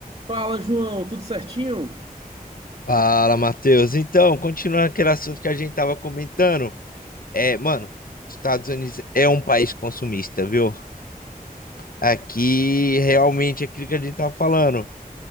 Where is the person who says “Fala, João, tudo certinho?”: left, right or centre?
Right